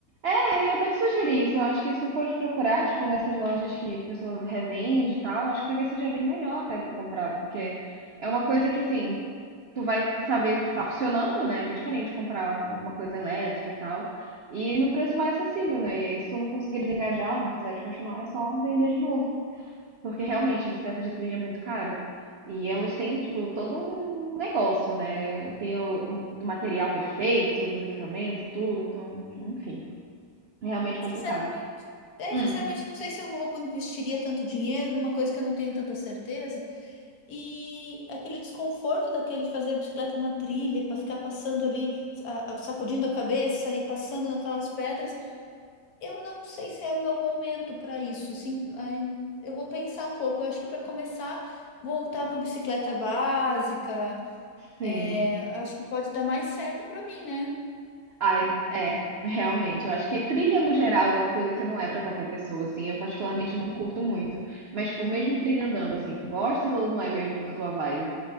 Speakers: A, on the right (about 70°); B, on the left (about 65°).
A: É, eu ia até te sugerir isso. Eu acho que se tu fores procurar, tipo, nessas lojas que a pessoa revende e tal, eu acho que talvez seja bem melhor até pra comprar, porque é uma coisa que, assim, tu vai saber que tá funcionando, né? Que é diferente comprar alguma coisa elétrica e tal, e num preço mais acessível, né? E aí, se tu não conseguir desengajar não quiseres continuar, é só vender de novo. Porque realmente, bicicleta de trilha é muito caro. E elas têm, tipo, todo um negócio, né? Tem o, o- do material que é feito, dos equipamentos e tudo, então, enfim, é realmente complicado.
B: Sinceramente, é,
A: Hum,
B: sinceramente, não sei se eu vou investiria tanto dinheiro numa coisa que eu não tenho tanta certeza. E aquele desconforto daquele fazer a bicicleta na trilha, para ficar passando ali, a- a- sacudindo a cabeça e passando naquelas pedras, eu não sei se é o meu momento para isso. Assim, ai, eu vou pensar um pouco. Eu acho que para começar, voltar para bicicleta básica,
A: sim.
B: é, acho que pode dar mais certo para mim, né?
A: Ai, é, realmente, eu acho que trilha no geral é uma coisa que não é pra qualquer pessoa, assim. Eu particularmente não curto muito. Mas, tipo, mesmo trilha andando, assim, tu gostas ou não é mesmo a tua vibe?